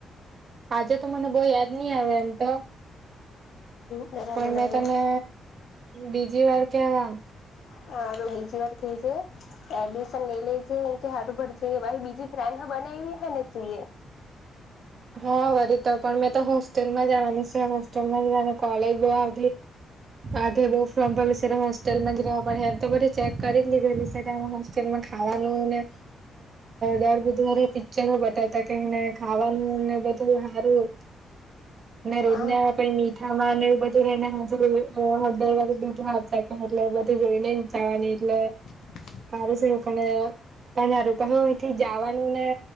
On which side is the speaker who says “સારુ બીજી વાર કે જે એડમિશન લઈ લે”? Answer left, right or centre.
Left